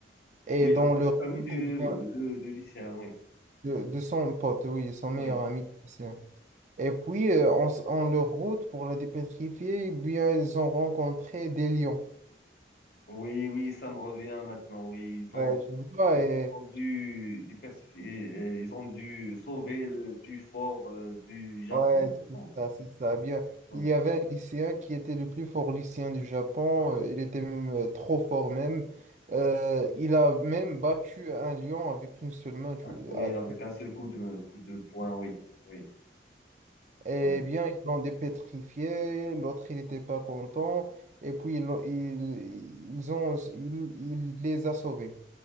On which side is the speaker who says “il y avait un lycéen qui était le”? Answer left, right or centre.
Right